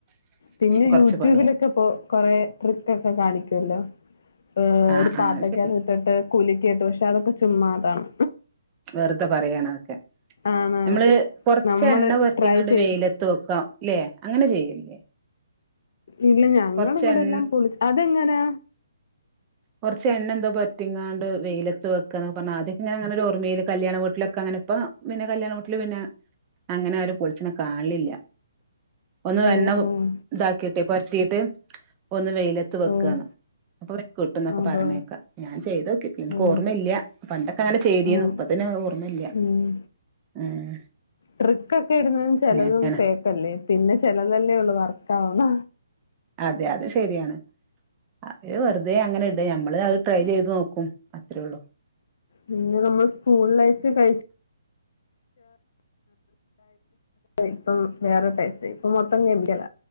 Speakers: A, on the left; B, on the right.
A: പിന്നെ
B: കൊറച്ച്
A: യൂട്യൂബിലൊക്കെ
B: പണിയാ
A: പോ കുറെ ട്രിക്ക് ഒക്കെ കാണിക്കും ഇല്ല ഹ്
B: ആഹ്
A: ഒരു പാട്ടൊക്ക
B: ആഹ് ശരിയാ
A: ഇട്ടിട്ട് കൂലിക്കിയിട്ടു പക്ഷെ അതൊകെ ചുമ്മാതാണ്
B: വെറുതെ പറയാണതോക്കെ
A: ആണാണ്.
B: എമ്മള് കൊറെചെണ്ണ
A: നമ്മള്
B: പര്തിങ്ങാണ്ട്
A: ട്രൈ ചെയ്ത്
B: വെയിലത്ത്‌ വെക്ക ല്ലേ അങ്ങനെ ചെയ്യല്ലേ
A: ഇല്ല ഞങ്ങളിവിടെ
B: കൊറച്ച് എൺ
A: എല്ലാം പൊളി അതെങ്ങനാ
B: കുറച്ച് എണ്ണ എന്തോ പറ്റിങ്ങാണ്ട് വെയില തു വെക്കണൊ പർഞാ ആദ്യകെ ങ്ങനെ അങ്ങനൊരു ഓർമയില് കല്യാണ വീട്ടിലൊക്കെ അങ്നെപ്പ പിന്നെ കല്യാണ വൂട്ടില് പിന്നെ അങ്ങനെ ആരും പൊളിച്ണ കാണ്ലില്ല ഒന്ന്
A: ഓഹ്
B: എണ്ണ
A: ഓഹ്
B: ഇതാക്കിയിട്ട് ഇപ്പൊര് ത് ഒന്ന് വെയിലത്ത് വെക്കാന്ന്
A: ഓഹ്
B: അപ്പൊ <unintelligible> കിട്ടന്നൊക്കെ
A: അതോ
B: പറേണെക്കാം ഞാൻ ചെയ്തക്കിട്ടി എനിക്ക്
A: ഓഹ്
B: ഓർമ്മയില്ല പണ്ടൊക്കെ അങ്ങനെ ചെയ്തിന്ന്
A: ആഹ്
B: ഇപ്പതിന് ഓർമ്മയില്ല
A: ഉം.
B: ഏഹ്
A: ട്രിക്കൊക്കെ ഇടുന്നതും ചെലതും
B: അങ്ങനാ
A: ഫേക്കല്ലേ പിന്നെ ചെലതല്ലേ ഉള്ളൂ വർക്ക് ആവുന്ന
B: അതെ അത് ശരിയാണ് അവര് വെറുതെ അങ്ങനെ ഇടും ഞമ്മള് അത് ട്രൈ ചെയ്ത് നോക്കും അത്രേള്ളു
A: പിന്നെ നമ്മൾ സ്കൂൾ ലൈഫിൽ കഴി <inaudible> ഇപ്പം വേറൊ ടെസ്റ്റായി ഇപ്പ മൊത്തം കെമിക്കല